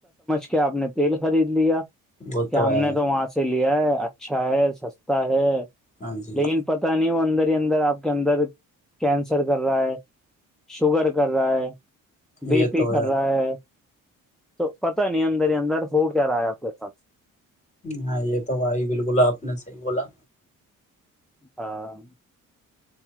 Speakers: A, in the centre; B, on the left.
A: کیا آ نے <unintelligible> <unintelligible> تیل خرید لیا <unintelligible>
B: وہ
A: کیا ہم
B: ہے
A: نے تو وہاں سے لیا ہے اچھا ہے سستا ہے
B: ہاں جی
A: لیکن پتا نہیں وہ اندر ہی اندر آپ کے اندر کینسر کر رہا ہے <unintelligible> شوگر کر رہا ہے <unintelligible> بی
B: یہ
A: پی
B: تو
A: کر رہا ہے <unintelligible> تو پتا نہیں اندر ہی اندر ہو کیا رہا ہے آپ کے پاھ <unintelligible>
B: ہاں یہ تو بھائی بالکل آپ نے صحی بولا
A: ہاں <unintelligible>